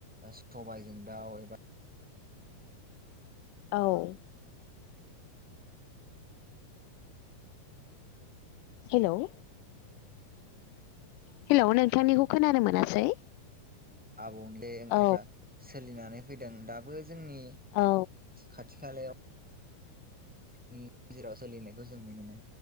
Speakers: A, in the centre; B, on the left.
A: सबजों दाउ एबा
B: औ हेल' हेल' नोंथांनिखौ खोनानो मोनासै
A: आबौले ओंख्रिफ्रा
B: औ
A: सोलिनानै फैदों दाबो जोंनि
B: औ
A: खाथि खालायाव नि गेराव सोलिनायखौ जों नुनो मोनो